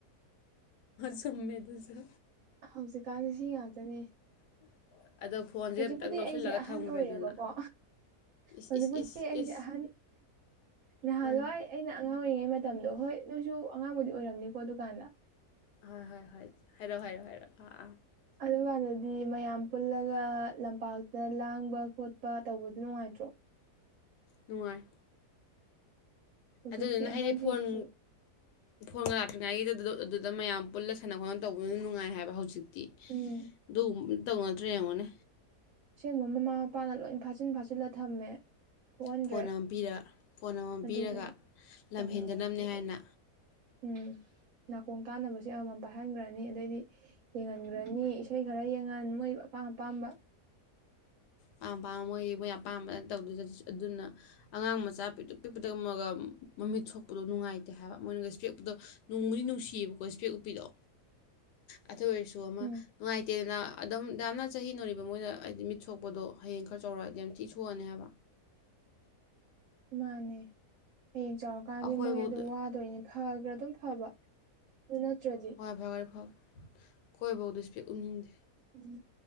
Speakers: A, on the left; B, on the right.
A: ꯆꯝꯃꯦꯗꯨꯁꯨ
B: ꯍꯧꯖꯤꯛꯀꯥꯟꯗꯤ ꯁꯤ ꯉꯥꯛꯇꯅꯦ
A: <unintelligible>
B: ꯍꯧꯖꯤꯛꯄꯨꯗꯤ
A: ꯂꯧꯁꯤꯜꯂꯒ
B: ꯑꯩꯁꯦ ꯑꯍꯟ
A: ꯊꯝꯈ꯭ꯔꯦꯗꯅ
B: ꯑꯣꯏꯔꯦꯕꯀꯣ
A: ꯏꯁ
B: ꯍꯧꯖꯤꯛꯄꯨꯗꯤ
A: ꯏꯁ ꯏꯁ
B: ꯑꯩꯁꯦ
A: ꯏꯁ
B: ꯑꯍꯟ ꯅꯍꯥꯟꯋꯥꯏ
A: ꯑꯥ
B: ꯑꯩꯅ ꯑꯉꯥꯡ ꯑꯣꯏꯔꯤꯉꯩ ꯃꯇꯝꯗꯣ ꯍꯣꯏ ꯅꯣꯏꯁꯨ ꯑꯉꯥꯡꯕꯨꯗꯤ ꯑꯣꯏꯔꯝꯅꯤꯀꯣ ꯗꯨꯀꯥꯟꯗ
A: ꯍꯣꯏ ꯍꯣꯏ ꯍꯣꯏ ꯍꯥꯏꯔꯛꯑꯣ ꯍꯥꯏꯔꯛꯑꯣ ꯍꯥꯏꯔꯛꯑꯣ ꯑꯥ ꯑꯥ
B: ꯑꯗꯨꯀꯥꯟꯗꯗꯤ ꯃꯌꯥꯝ ꯄꯨꯜꯂꯒ ꯂꯝꯄꯥꯛꯇ ꯂꯥꯡꯕ ꯈꯣꯠꯄ ꯇꯧꯕꯗꯣ ꯅꯨꯡꯉꯥꯏꯇ꯭ꯔꯣ
A: ꯅꯨꯡꯉꯥꯏ
B: ꯍꯧꯖꯤꯛꯇꯤ
A: ꯑꯗꯨꯗꯨꯅ
B: ꯑꯉꯥꯡꯁꯤꯡꯁꯤꯁꯨ
A: ꯍꯥꯏꯗꯤ ꯐꯣꯟ ꯐꯣꯟꯒ <unintelligible> ꯑꯗꯨꯗ ꯃꯌꯥꯝ ꯄꯨꯜꯂ ꯁꯥꯟꯅ ꯈꯣꯠꯅꯕ ꯇꯧꯕꯗꯨꯅ ꯅꯨꯡꯉꯥꯏ ꯍꯥꯏꯕ ꯍꯧꯖꯤꯛꯇꯤ
B: ꯎꯝ
A: ꯑꯗꯨꯒꯨꯝꯕ ꯇꯧꯅꯗ꯭ꯔꯦ ꯌꯦꯡꯉꯣꯅꯦ
B: ꯑꯁꯦꯡꯕ ꯃꯃꯥ ꯃꯄꯥꯅ ꯂꯣꯏ ꯐꯥꯖꯤꯟ ꯐꯥꯖꯤꯜꯂ ꯊꯝꯃꯦ ꯊꯣꯛꯍꯟꯗ꯭ꯔꯦ
A: ꯐꯣꯟ ꯑꯃ ꯄꯤꯔ ꯐꯣꯟ ꯑꯃꯃꯝ
B: ꯑꯗꯨꯅꯦ
A: ꯄꯤꯔꯒ
B: ꯐꯣꯟ
A: ꯂꯝ ꯍꯦꯟꯗꯅꯕꯅꯦ
B: ꯑꯃꯃꯝ ꯄꯤꯔ
A: ꯍꯥꯏꯅ
B: ꯎꯝ ꯅꯥꯀꯣꯡ ꯇꯥꯅꯕꯁꯦ ꯑꯃꯃꯝ ꯄꯥꯏꯍꯟꯒ꯭ꯔꯅꯤ ꯑꯗꯩꯗꯤ ꯌꯦꯡꯍꯟ <unintelligible> ꯏꯁꯩ ꯈꯔ ꯌꯦꯡꯉꯥꯟ ꯃꯣꯏ ꯑꯄꯥꯝ ꯑꯄꯥꯝꯕ
A: ꯄꯥꯝ ꯄꯥꯝꯕ ꯃꯣꯏꯒꯤ ꯃꯣꯏ ꯑꯄꯥꯝꯕꯗ ꯇꯧꯗꯣꯏꯁꯤ ꯑꯗꯨꯅ ꯑꯉꯥꯡ ꯃꯆꯥ ꯄꯤꯇꯔꯨꯛ ꯄꯤꯛꯄꯗ ꯑꯃꯒ ꯃꯃꯤꯠ ꯁꯣꯛꯄꯗꯣ ꯅꯨꯡꯉꯥꯏꯇꯦ ꯍꯥꯏꯕ ꯃꯣꯏꯅꯒ ꯏꯁꯄꯦꯛ ꯎꯞꯄꯗꯣ ꯅꯨꯡꯕꯨꯗꯤ ꯅꯨꯡꯁꯤꯌꯦꯕꯀꯣ ꯏꯁꯄꯦꯛ ꯎꯞꯄꯤꯗꯣ ꯑꯗꯨ ꯑꯣꯏꯔꯁꯨ ꯑꯃ
B: ꯎꯝ
A: ꯅꯨꯡꯉꯥꯏꯇꯦꯗꯅ ꯑꯗꯨꯝ ꯌꯥꯝꯅ ꯆꯍꯤ ꯅꯧꯔꯤꯕ ꯃꯣꯏꯅ ꯍꯥꯏꯗꯤ ꯃꯤꯠꯁꯣꯛ ꯄꯣꯗꯣ ꯍꯌꯦꯡ ꯈꯔ ꯆꯥꯎꯔꯛꯑꯗꯤ ꯌꯥꯝ ꯊꯤ ꯁꯣꯛꯑꯅꯦ ꯍꯥꯏꯕ
B: ꯃꯥꯅꯦ ꯍꯌꯦꯡ ꯆꯥꯎꯔꯀꯥꯟꯗꯤ
A: ꯑꯩꯈꯣꯏꯐꯧꯗ
B: ꯃꯣꯏ ꯑꯗꯨ ꯋꯥ ꯇꯧꯅꯦ ꯐꯒ꯭ꯔꯥ ꯑꯗꯨꯝ ꯐꯕ ꯑꯗꯨ ꯅꯠꯇ꯭ꯔꯗꯤ
A: <unintelligible> ꯈꯣꯏꯕꯧꯗ ꯏꯁꯄꯦꯛ ꯎꯞ ꯅꯤꯡꯗꯦ
B: ꯎꯝ